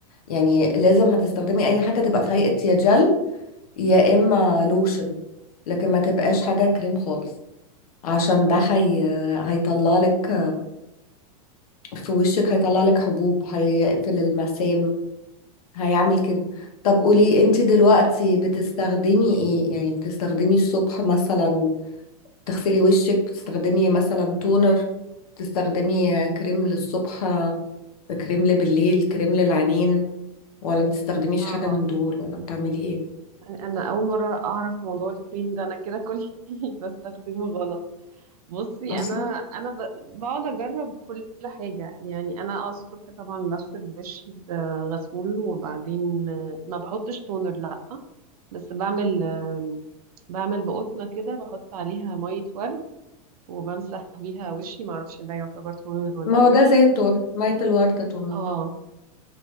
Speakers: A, on the left; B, on the right.
A: يعني لازم هتستخدمي
B: مم.
A: اي حاجة تبقى في هيئة يا جل يا اما لوشن لكن ما تبقاش حاجة كريم خالص عشان ده هي...
B: إيه.
A: هيطلع لك في وشك هيطلع لك حبوب هيقفل المسام هيعمل كده
B: مم.
A: طب قولي انت دلوقتي بتستخدمي ايه يعني بتستخدمي الصبح مثلا تغسلي وشك بتستخدمي مثلا تونر بتستخدمي كريم
B: مم.
A: للصبح كريم بالليل كريم للعينين ولا بتستخدميش
B: اه
A: حاجة من دول ولا بتعملي ايه
B: يعني انا اول مره اعرف موضوع الكريم ده انا كده كل <laughs> اللي بستخدمه غلط بصي
A: اصلا
B: انا انا ب- بقعد اجرب كل حاجه يعني انا اه الصبح طبعا بغسل وشي بغسول وبعدين آه، ما بحطش تونر لا بس بعمل آم، بعمل بقطنه كده بحط عليها ميه ورد وبمسح بيها وشي ما اعرفش ده يعتبر تونر ولا
A: ما هو
B: ايه
A: ده زي التونر مية الوردة تونر
B: اه